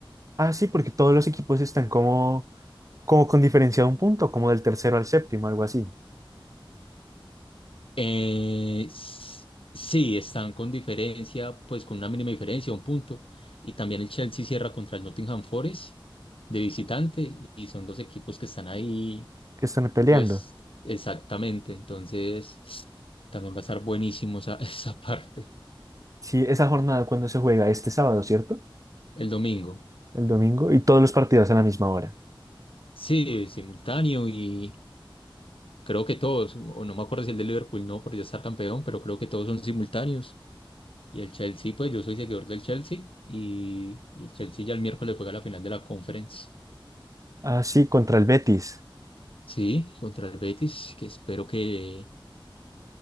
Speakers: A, on the right; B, on the left.
A: Ah, sí, porque todos los equipos están como, como con diferencia de un punto, como del tercero al séptimo, algo así.
B: Eh, s- sí, están con diferencia, pues con una mínima diferencia, un punto. Y también el Chelsea cierra contra el Nottingham Forest de visitante y son dos equipos que están ahí
A: que están peleando.
B: Pues exactamente, entonces también va a estar buenísimo esa, <laughs> esa parte.
A: Sí, esa jornada cuando se juega este sábado, ¿cierto?
B: El domingo.
A: El domingo y todos los partidos a la misma hora.
B: Sí, simultáneo y creo que todos, o no me acuerdo si el de Liverpool no, por ya estar campeón, pero creo que todos son simultáneos. Y el Chelsea, pues yo soy seguidor del Chelsea y el Chelsea ya el miércoles juega la final de la Conference.
A: Ah, sí, contra el Betis.
B: Sí, contra el Betis, que espero que,